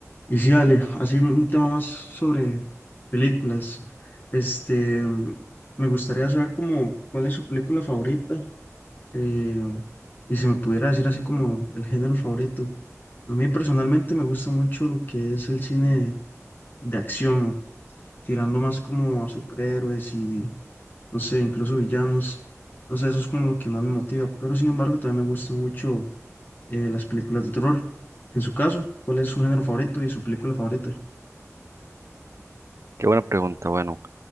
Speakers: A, on the left; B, on the right.
A: Y sí, Ale, así un tema más sobre películas. Este, mm, me gustaría saber como cuál es su película favorita eh, y si me pudiera decir así como el género favorito. A mí personalmente me gusta mucho lo que es el cine de acción, tirando más como a superhéroes y, no sé, incluso villanos. No sé, eso es como lo que más me motiva. Pero sin embargo, también me gustan mucho eh, las películas de terror. En su caso, ¿cuál es su género favorito y su película favorita?
B: Qué buena pregunta. Bueno,